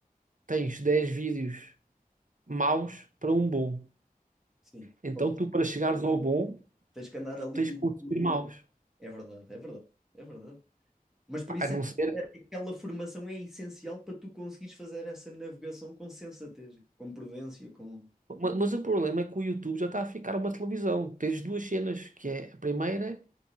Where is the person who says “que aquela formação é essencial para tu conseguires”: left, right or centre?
Centre